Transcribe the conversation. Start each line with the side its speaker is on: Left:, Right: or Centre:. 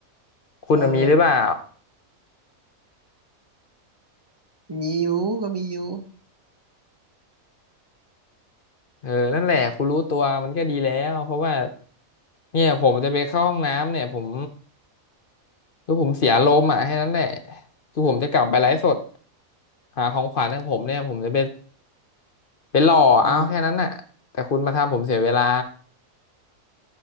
Left: คุณน่ะมีหรือเปล่า
Right: เออมีอยู่ก็มีอยู่
Left: เออนั่นแหละคุณรู้ตัวมันก็ดีแล้วเพราะว่าเนี่ยผมจะไปเข้าห้องน้ำเนี่ยผมคือผมเสียลมณ์อ่ะแค่นั้นแหละคือผมจะกลับไปไลฟ์สดหาของขวัญของผมเนี่ยผมจะไปไปหล่อเอาแค่นั้นน่ะแต่คุณมาทำผมเสียเวลา
Right: อืม